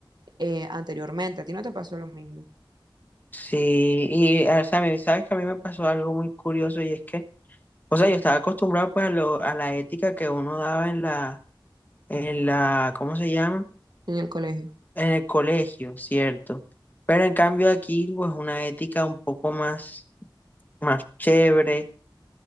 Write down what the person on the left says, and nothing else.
Sí, y o sea, a mí- sabes que a mí me pasó algo muy curioso y es que, o sea, yo estaba acostumbrado pues a, lo, a la ética que uno daba en la, en la, ¿cómo se llama?
en el colegio, cierto. Pero en cambio aquí, pues una ética un poco más, más chévere,